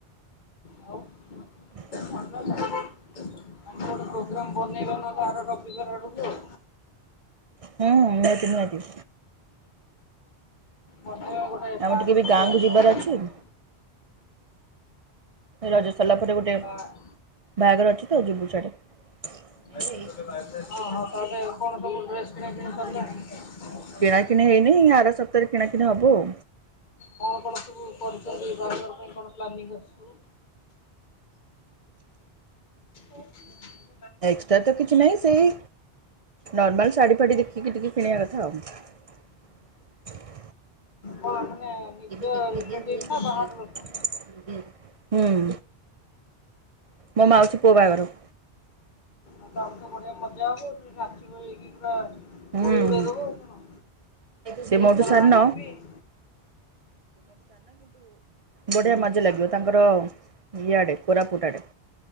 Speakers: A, on the left; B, on the right.
A: ଆଉ
B: <inaudible>
A: <unintelligible> ଆମେ ଗୋଟେ ପ୍ରୋଗ୍ରାମ ବନେଇବା ନହେଲେ। ଆର ରବିବାର ଆଡକୁ ଆଉ।
B: ହୁଁ ନିହାତି ନିହାତି।
A: ବ ହଁ ଗୋଟେ
B: ଆମର
A: ପାର୍କକୁ
B: ଟିକେ ବି ଗାଁକୁ
A: ଯିବା?
B: ଯିବାର ଅଛି ରଜ ସରିଲା ପରେ ଗୋଟେ
A: ବା
B: ବାହାଘର ଅଛି ତ ଯିବୁ ସିଆଡେ।
A: ହଁ
B: <inaudible>
A: ହଁ ତାହେଲେ କଣ ସବୁ ଡ୍ରେସ୍ କିଣ ସରିଲାଣି?
B: କିଣାକିଣି ହେଇନି ଆର ସପ୍ତାହରେ କିଣା କିି ହବୁ ଆଉ।
A: କଣ କଣ ସବୁ କରିଚାରଲି ବାରମ୍ବାର ପାଇଁ କଣ? ପ୍ଲାନି କରିଛୁ। ହୁଁ।
B: ଏକ୍ସଟ୍ରା ତ କିଛି ନାହିଁ ସେଇ ନର୍ମାଲ ଶାଢ଼ୀ ଫାଢ଼ ଦେଖିକି ଟିକେ କିଣିବା କଥା ଆଉ।
A: କଣ ମାନେ ନିଜ
B: ଦିଦି ଦିଦି
A: ରିଲେଟିଭ୍ ନା ବାହାର
B: ଦିଦି
A: ଲୋକ?
B: ହୁଁ ମୋ ମାଉସି ପୁଅ ବାହାଘର।
A: ଆଉ ଆଉ ବଢିଆ ମଜା ହବ ଆଉ ନାଛିଇକି ପୁରା
B: ହୁଁ
A: ବୁଡି ବୁଡେଇ ଦବୁ କଣ
B: ସେ ମୋଠୁ
A: ପତର
B: ସାନ
A: ଭାଣିକି <inaudible>
B: ବଢିଆ ମଜା ଲାଗିବ ତାଙ୍କର ଇଆଡେ କୋରାପୁଟ ଆଡେ